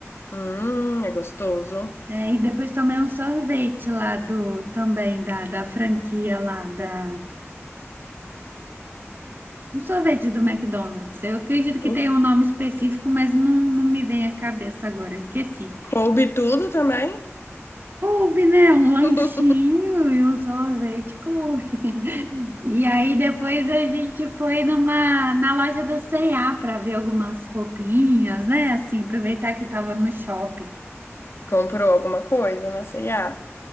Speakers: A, on the left; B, on the right.
A: Hum, é gostoso.
B: É, e depois tomei um sorvete lá do, também da, da franquia lá da, um sorvete do McDonald's. Eu acredito que
A: Uh,
B: tem um nome específico, mas não, não me vem à cabeça agora, esqueci.
A: Coube tudo também.
B: Coube, né? Um
A: <laughs>
B: lanchinho e um sorvete, coube. <laughs> E aí depois a gente foi numa, na loja da C&A para ver algumas roupinhas, né? Assim, aproveitar que estava no shopping.
A: Comprou alguma coisa na C&A?